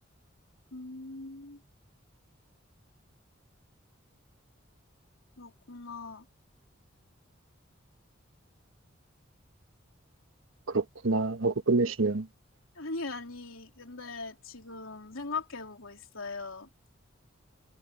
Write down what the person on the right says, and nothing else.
그렇구나 하고 끝내시면